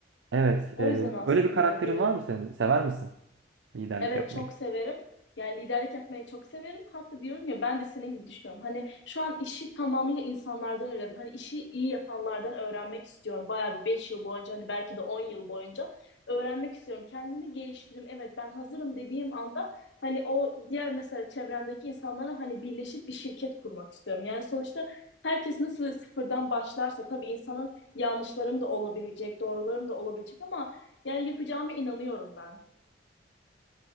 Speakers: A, on the right; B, on the left.
A: Evet,
B: O
A: e,
B: yüzden aslında
A: öyle bir karakterin
B: diyor.
A: var mı senin? Sever misin liderlik
B: Evet
A: yapmayı?
B: çok severim. Yani liderlik yapmayı çok severim. Hatta diyorum ya ben de senin gibi düşünüyorum. Hani şu an işi tamamıyla insanlardan öğrendim. Hani işi iyi yapanlardan öğrenmek istiyorum. Bayağı bir 5 yıl boyunca hani belki de 10 yıl boyunca öğrenmek istiyorum. Kendimi geliştireyim. Evet ben hazırım dediğim anda hani o diğer mesela çevremdeki insanlara hani birleşip bir şirket kurmak istiyorum. Yani sonuçta herkes nasıl sıfırdan başlarsa tabii insanın yanlışlarım da olabilecek, doğrularım da olabilecek ama yani yapacağımı inanıyorum ben.